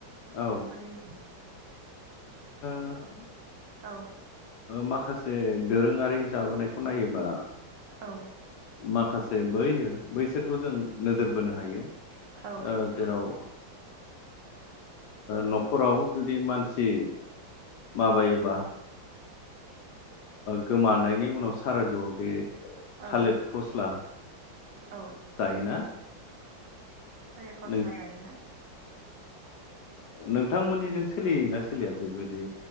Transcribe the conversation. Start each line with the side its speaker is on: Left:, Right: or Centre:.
Left: औ
Right: बेफोरनि
Left: <inaudible>
Right: औ।
Left: माखासे दोरोङारि जाबोनायखौ नायोबा।
Right: औ
Left: माखासे जे बै बैसोरखौ जों नोजोर बोनो हायो।
Right: औ
Left: ओं जेराव। न'खराव जुदि मानसि। माबायोबा।
Right: औ
Left: गोमानायनि उनाव। सारादुआव दे।
Right: औ
Left: थालिर फस्ला
Right: औ
Left: जायोना।
Right: थालिर फस्ला
Left: नों
Right: जायोना।
Left: नोंथांमोननिजों सोलियोना सोलिया बेबायदि